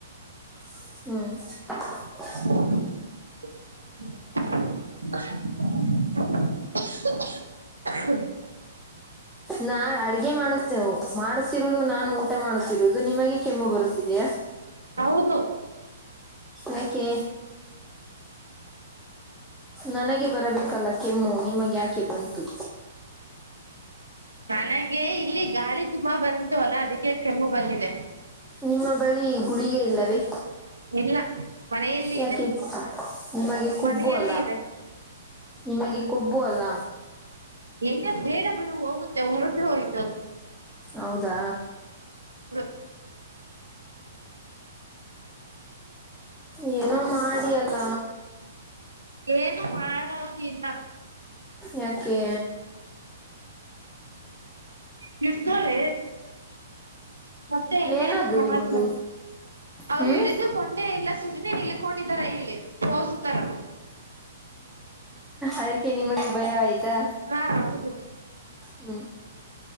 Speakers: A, in the centre; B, on the right.
A: ಹ್ಮ್
B: ಹ <inaudible> <inaudible>
A: ನಾ ಅಡಗೆ ಮಾಡ ಮಾಡುತ್ತಿರುವುದು ನಾನು ಊಟ ಮಾಡುತ್ತಿರುದು ದು ನಿಮಗೆ ಕೆಮ್ಮು ಬರುತ್ತಿದೆಯಾ
B: ಹೌದು
A: ಯಕ್ಕೆೆ ನನಗೆ ಬರಬೇಕಲ್ಲ ಕೆಮ್ಮು ನಿಮಗೆ ಯಾಕೆ ಬಂತು
B: ನನಗೆ ಇಲ್ಲಿ ಗಾಳಿ ತುಂಬಾ ಬಂತು ಅಲ್ಲ ಅದಕ್ಕೆ ಕೆಮ್ಮು ಬಂದಿದೆ
A: ನಿಮ್ಮ ಬಳಿ ಗುಳಿಗೆ ಇಲ್ಲವೇ
B: ಇಲ್ಲ ಮನೆಯಲ್ಲಿ
A: ಯಾಕೆ
B: ಇದೆ
A: ನಿಮಗೆ ಕೊಬ್ಬು
B: ಮನೆಯಲ್ಲಿ
A: ಅಲ್ಲ
B: ಇದೆ
A: ನಿಮಗೆ ಕೊಬ್ಬು ಅಲ್ಲ
B: ನ ಬೇಡ ಬಿಡ ಹೋಗುತ್ತೆ ಹೊರಡ್ರ ಹೋಯ್ತ
A: ಹೌದಾ
B: ಹ್ಮ
A: ಏನೋ ಮಾಡಿಿಯಲ್ಲ
B: ಏನು ಮಾಡೋುದಿಲ್ಲ
A: ಯಾಕೆ
B: ತಿತ ರ ಮತ್ತೆ ಇನ್ನೇನ್
A: ಏನದು
B: ಸಮಾಚಾರ
A: ನಿಮ್ಮದು
B: ಅವರು
A: ಹ್ಮ್
B: ಹಿಡಿದುಕೊಂಡೇ ಇಲ್ಲ ಸುಮ್ಮ್ನೆ ನಿಲ್ಕೊಂಡಿದಾರ ಇಲ್ಲಿ ಓಸ ತರ
A: ಅದಕ್ಕೆ ನಿಮಗೆ ಭಯ ಆಯ್ತಾ
B: ಹಾ ಹೌದು
A: ಹ್ಮ್